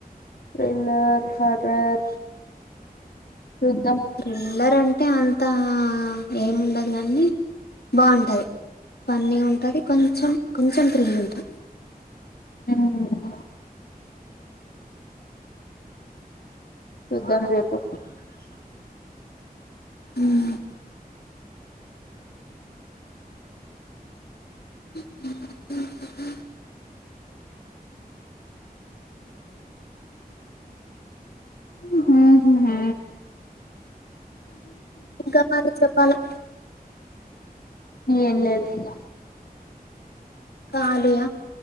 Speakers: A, on the left (about 70°); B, on the left (about 90°).
A: త్రిళ్ళర్ హర్రర్ చూద్దం
B: త్రిల్లర్ అంటే అంత ఎం ఉండదు గానీ బాగుంటది పన్నీగా ఉంటది కొంచెం కొంచెం థ్రిల్ ఉంటది
A: మ్ చూద్దాం రేపు
B: మ్ ఉ <inaudible> <unintelligible>
A: మ్ హు హు
B: ఇంకా మరి చెప్పాలా
A: ఏం లేదే ఈగ
B: కాలీయా